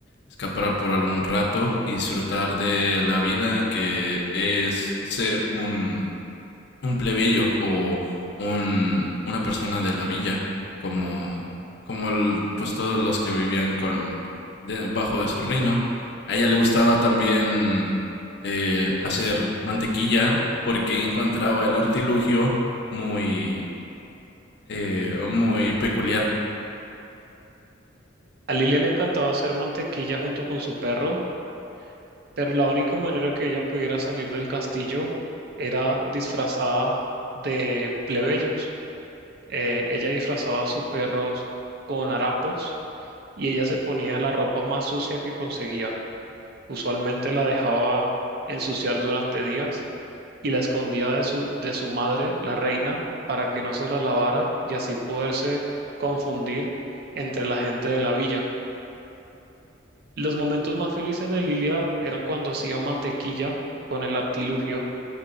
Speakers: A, on the left (about 60°); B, on the right (about 55°).
A: Escapar por algún rato y disfrutar de la vida que es ser un un plebeyo o un, una persona de la villa, como, como el- pues todos los que vivían con, de- bajo de su reino. A ella le gustaba también eh, hacer mantequilla porque encontraba el artilugio muy, eh, muy peculiar.
B: A Lilia le encantaba hacer mantequilla junto con su perro pero la única manera que ella pudiera salir del castillo era disfrazada de plebeyos. Eh, ella disfrazaba a sus perros con harapos y ella se ponía la ropa más sucia que conseguía. Usualmente la dejaba ensuciar durante días y la escondía de su, de su madre, la reina, para que no se la lavara y así poderse confundir entre la gente de la villa. Los momentos más felices de Lilia eran cuando hacía mantequilla con el artilugio,